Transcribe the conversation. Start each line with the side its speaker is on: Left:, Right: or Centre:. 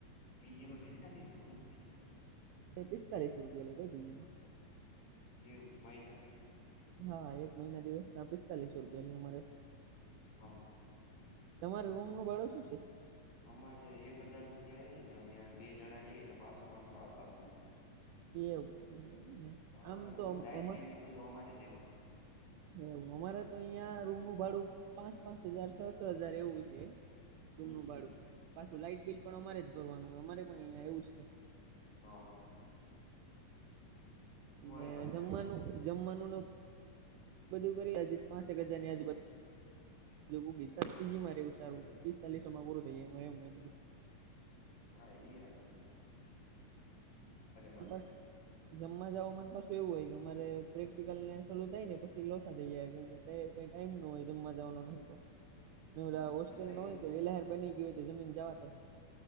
Left: બીજી માં કેટલા લઈ દવાનું પૈસા
Right: એ પિસ્તાલીસ રૂપિયા લે ભાઈ પી જી માં
Left: એ એવું છે મહિના ને એમ
Right: હા એક મહિના દિવસ ના પિસ્તાલીસ રૂપિયા લે અમારે
Left: હા
Right: તમારે રૂમ નું ભાડો શું છે.
Left: અમારે એક હજાર રૂપિયા હ ને અમે બે જણા રહીયે એટલે પાંચસો પાંચસો આવ ભાગમાં
Right: એવું છે એમને
Left: અરે
Right: આમ તો
Left: હું
Right: અમારે
Left: લાઈટ બિલને બધું અમારે દેવાનું
Right: હવ અમારે તો અહિયાં રૂમ નું ભાડું પાંચ પાંચ હજાર છ. છ. હજાર એવું છે. રૂમનું
Left: હમ હમ
Right: ભાડું પાછું લાાઈટ બિલ પણ અમારે જ ભરવાનું અમારે પણ અહીંયા એવું જ છે.
Left: હ હું હાલે
Right: ને
Left: બાકી
Right: જમવાનું
Left: ભણવામાં
Right: જમવાનું ન બધું કરી હજી પાંસેક હજાર ની આજુબાજુ બગી પી જીમાંવું સારું
Left: એવું
Right: પિસ્તાલીસોમાં પૂરું થઈ જાયમ હોય નથી
Left: હા ઈ હાચુ બાકી
Right: બસ જમવા જવા માને પાછું એવું હોય કે અમારે પ્રેક્ટિકલ ને સલું થાય ને પછી લોસા થઈ જાય કેમ એ કઈ ટાઈમ નો હોય જમવા જવાનો હરખો.
Left: <inaudible>
Right: ને ઓલા હોસ્ટેલમાં
Left: તો તઈ
Right: હોય તો વેલાહ બની ગીયું હોય તો જમીને જાવા ડે.